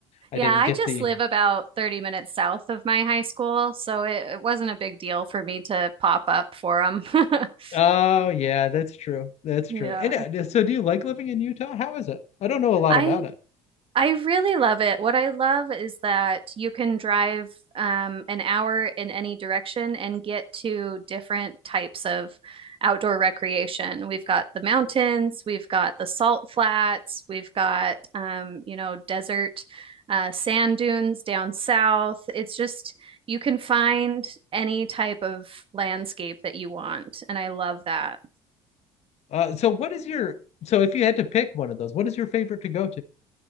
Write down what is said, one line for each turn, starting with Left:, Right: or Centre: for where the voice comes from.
Left: I
Right: Yeah,
Left: didn't
Right: I
Left: get
Right: just
Left: the.
Right: live about 30 minutes south of my high school, so it, it wasn't a big deal for me to pop up for them. <laughs>
Left: Oh yeah, that's true. That's
Right: Yeah.
Left: true. And uh, so, do you like living in Utah? How is it? I don't know a lot
Right: I
Left: about it.
Right: I really love it. What I love is that you can drive um, an hour in any direction and get to different types of outdoor recreation. We've got the mountains, we've got the salt flats, we've got, um, you know, desert uh, sand dunes down south. It's just, you can find any type of landscape that you want. And I love that.
Left: Uh, so what is your so if you had to pick one of those, what is your favorite to go